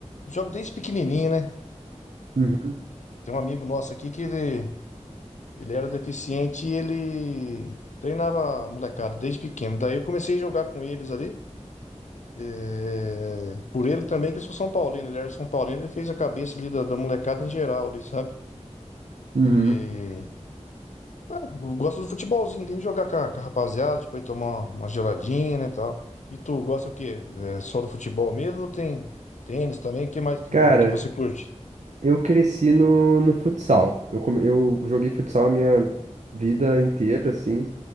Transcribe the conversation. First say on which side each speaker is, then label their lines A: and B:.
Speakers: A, on the left; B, on the right.
A: jogo desde pequenininho, né?
B: Uhum.
A: Tem um amigo nosso aqui que ele, ele era deficiente e ele treinava a molecada desde pequeno. Daí eu comecei a jogar com eles ali. É, por ele também, que eu sou São Paulino. Ele era São Paulino, ele fez a cabeça ali da, da molecada em geral, ali, sabe?
B: Uhum.
A: E é, eu gosto do futebolzinho ali, jogar com a, com a rapaziada, depois tomar uma geladinha, né, tal. E tu gosta o quê? É só do futebol mesmo ou tem tênis também? O que mais que,
B: Cara,
A: vo- que você curte?
B: Eu cresci no, no futsal. Eu, come- eu joguei futsal a minha vida inteira, assim.